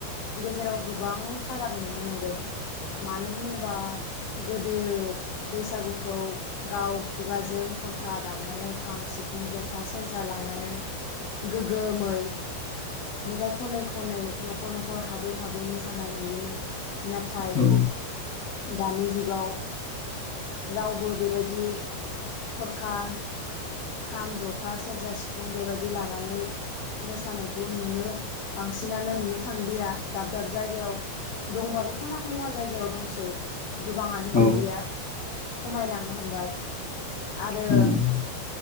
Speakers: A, on the left; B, on the left.
A: गेजेराव गोबां फाराग नुनो मोनदों मानो होनोबा गोदो बैसागुखौ गाव खुगाजों थरखा दामनानै खाम सिफुं जथा सेरजा लानानै गोमै मेथाइ खनै खनै न'खर न'खर हाबै हाबै बै मोसानाय नुयोमोन नाथाय
B: औ
A: दानि जुगाव रावबो बेबायदि थरखा खाम जथा सेरजा सिफुं बेबायदि लानानै मोसानायखौ नुनो बांसिनानो नुनो थांलिया दाब दाब जायगायाव दंबाबो खना खनला जायगायाव दंसै गोबाङानो
B: औ
A: गैलिया खमायलांनो हमबाय आरो
B: उम